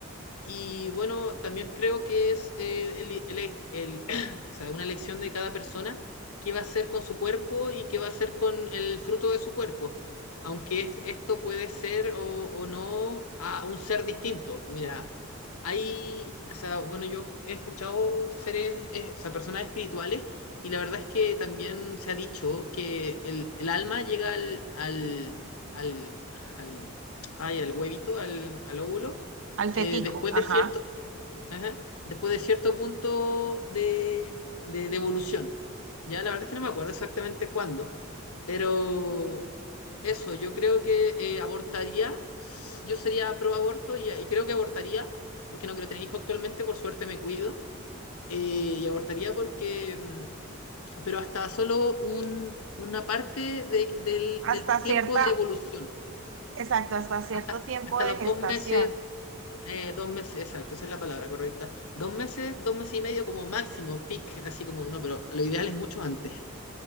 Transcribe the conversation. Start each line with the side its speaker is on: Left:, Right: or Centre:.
Left: Y bueno, también creo que es eh, el- el- el- <clears throat> o sea, una elección de cada persona qué va a hacer con su cuerpo y qué va a hacer con el fruto de su cuerpo. Aunque es- esto puede ser o, o no a un ser distinto. Mira, hay, o sea, bueno, yo he escuchado seres, eh, o sea, personas espirituales y la verdad es que también se ha dicho que el, el alma llega al, al, al, al, ay, al huevito, al, al óvulo
Right: Al fetico,
Left: eh, después
Right: ajá.
Left: de cierto, ajá, después de cierto punto de, de, de evolución. Ya la verdad es que no me acuerdo exactamente cuándo, pero eso, yo creo que eh, abortaría, yo sería pro aborto y, y creo que abortaría, porque no quiero tener hijo actualmente, por suerte me cuido, eh, y abortaría porque, mm, pero hasta solo un, una parte de- del,
Right: Hasta
Left: del tiempo
Right: cierta,
Left: de evolución,
Right: exacto, hasta cierto
Left: hasta,
Right: tiempo
Left: hasta
Right: de
Left: los
Right: gestación.
Left: dos meses, Eh, dos meses, exacto, esa es la palabra correcta. Dos meses, dos meses y medio como máximo, peak, así como no, pero lo ideal es mucho antes,